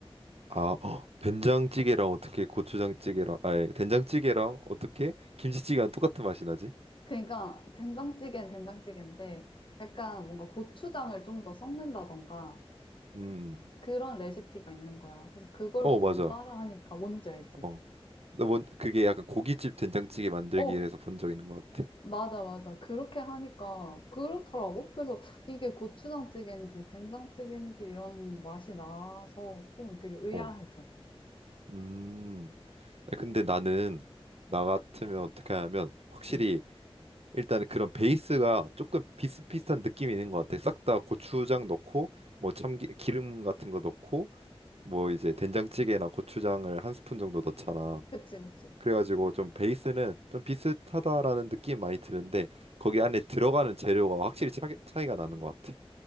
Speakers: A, on the right; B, on the left.
A: 아, <gasps> 헉, 된장찌개랑 어떻게 고추장찌개랑, 아니, 된장찌개랑 어떻게 김치찌개랑 똑같은 맛이 나지?
B: 그러니까 된장찌개는 된장찌개인데 약간 뭔가 고추장을 좀 더 섞는다던가
A: 음, 음.
B: 그런 레시피가 있는 거야. 그래서 그걸
A: 어,
B: 보고
A: 맞아.
B: 따라하니까 뭔지 알지?
A: 어, 나 뭔, 그게 약간 고깃집 된장찌개 만들기에서
B: 어,
A: 본 적 있는 것 같아.
B: 맞아, 맞아. 그렇게 하니까 그렇더라고. 그래서 이게 고추장찌개인지 된장찌개인지 이런 맛이 나서 좀 되게 의아했어.
A: 어, 음. 근데 나는 나 같으면 어떻게 하냐면 확실히
B: 응,
A: 일단 그런 베이스가 조금 비슷비슷한 느낌이 있는 것 같아. 싹 다 고추장 넣고 뭐 참기 기름 같은 거 넣고 뭐 이제 된장찌개나 고추장을 한 스푼 정도 넣잖아.
B: 그치, 그치.
A: 그래가지고 좀 베이스는 좀 비슷하다라는 느낌 많이 드는데 거기 안에 들어가는 재료가 확실히 차이, 차이가 나는 것 같아.